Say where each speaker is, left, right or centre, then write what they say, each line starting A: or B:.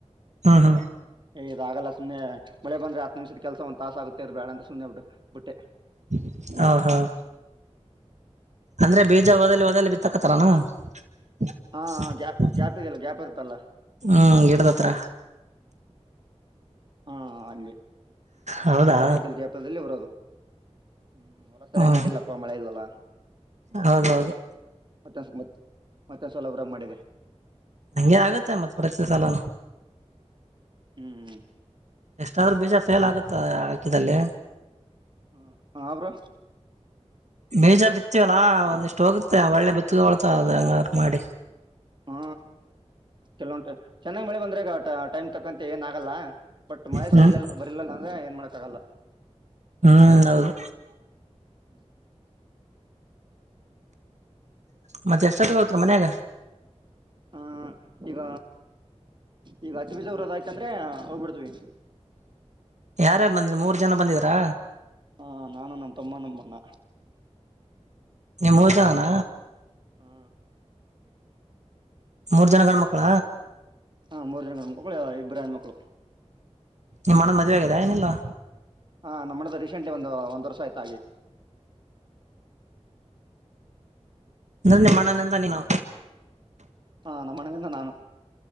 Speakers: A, on the right; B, on the right.
A: ಹ್ಮ್ಮ್ ಹ್ಮ್ಮ್.
B: ಇದಗಲ್ಲ ಸುಮ್ಮನೆ ಮಳೆ ಬಂದ್ರೆ ಹತ್ತು ನಿಮಷದ ಕೆಲಸ ಒಂದ ತಾಸ ಆಗುತ್ತೆ ಅದು ಬೇಡ ಅಂತ ಸುಮನೆ ಬಿಟ್ಟೆ ಬಿಟ್ಟೆ.
A: ಹ್ಮ್ಮ್ ಹ್ಮ್ಮ್. ಅಂದ್ರೆ ಬೀಜ ಹೊದಲ್ಲಿ ಹೋದಲ್ಲಿ ಬಿತ್ತಾಕತೆರೆನು. <unintelligible>
B: ಹಾ ಗ್ಯಾಪ್ ಗ್ಯಾಪ್ ಇದೆಯಲ್ಲ ಗ್ಯಾಪ್ ಇರುತ್ತಲ್ಲ
A: ಹ್ಮ್ಮ್ ಗಿಡದ ಹತ್ತಿರ.
B: ಹ್ಮ್ಮ್ ಅಲ್ಲಿ
A: ಹೌದಾ
B: ಗ್ಯಾಪ್ ಇದಲ್ಲಿ ಇದಲ್ಲೀ ಊರೋದು. ಹ್ಮ್ ಹೊಲ ಸರಿಯಾಗಿ
A: ಹ್ಮ್
B: ನಾಟಿಲ್ಲ ಪಾ ಮಳೆ ಸರಿ ಇಲ್ಲಾ.
A: ಹೌದೌದು.
B: ಮತ್ತೊಂದ ಮ ಮತ್ತೊಂದ ಸವಲ ಹೊರಗೆ ಮಾಡಿದೆ.
A: ಅಂಗೆ ಆಗತ್ತೆ ಮತ್ತ ಪ್ರತಿ ಸಲನ.
B: ಹ್ಮ್ ಹ್ಮ್ಮ್.
A: ಎಷ್ಟಾದ್ರೂ ಬೀಜ ಫೇಲ್ ಆಗುತ್ತೆ ಹಾಕಿದಲ್ಲಿ.
B: ಹ್ಮ ಹಾ ಬ್ರೋ.
A: ಬೀಜ ಬಿತ್ತವಲ್ಲಾ ಒಂದಿಷ್ಟು ಹೋಗುತ್ತೆ ಒಳ್ಳೆ ಬಿತ್ತ ಹೊಳ್ತ ಅ ಹಂಗಾರ ಮಾಡಿ.
B: ಹಾ ಕೆಲಂಟು ಚೆನ್ನಾಗ್ ಮಳಿ ಬಂದ್ರೆಗ. ಟೈಮ್ ತಕ್ಕಂತೆ ಏನ್ ಆಗಲ್ಲ ಬಟ್ ಮಳೆ
A: ಹ್ಮ್
B: ಸರಿಲಿಲ್ಲ ಬರಿಲಲ್ಲ ಅಂದ್ರೆ ಏನ್ ಮಾಡಕ ಆಗಲ್ಲ.
A: ಹ್ಮ್ ಹೌದು.
B: ಹ್ಮ್.
A: ಮತ್ತೆ ಎಷ್ಟೊತ್ತಿಗೆ ಹೋಗತ್ರ ಮನ್ಯಾಗ.
B: ಹ್ಮ್ಮ್ ಈಗ ಈಗ ಹತಿ ಬೀಜ ಊರೋದು ಆಯ್ತ ಅಂದ್ರೆ ಹೋಗ್ಬಿಡ್ತವಿ.
A: <inaudible> ಯಾರ ಯಾರು ಬಂದ್ರಿ ಮೂರ್ ಜನ ಬಂದಿದರಾ.
B: ಹ ನಾನು ನಮ್ ತಮ್ಮ ನಮ್ಮಣ್ಣ
A: ನಿವು ಮೂರು ಜನನ.
B: ಹ್ಮ.
A: ಮೂರ್ ಜನ ಗಂಡ ಮಕ್ಕಳ.
B: ಹ್ಮ್ಮ್ ಮೂರು ಜನ ಗಂಡು ಮಕ್ಕಳು ಇಬರು ಹೆಣ್ಣು ಮಕ್ಕಳು.
A: ನಿಮ್ಮ ಅಣ್ಣಾಗ ಮದುವೆ ಆಗಿದೆ ಏನಿಲ್ಲಾ.
B: ಹ್ಮ್ಮ್ ನಮ್ಮ ಅಣ್ಣದು ರೀಸೆಂಟ್ಲಿ ಒಂದು ಒಂದ ವರ್ಷ ಆಯ್ತು ಹಾಗಿ.
A: ಅಂದ್ರೆ ನಿಮ್ಮ ಅಣ್ಣ ನಿಂದೆ ನೀವು.
B: ಹ್ಮ್ಮ್ ನಮ್ಮ ಅಣ್ಣ ನಿಂದೆ ನಾನು.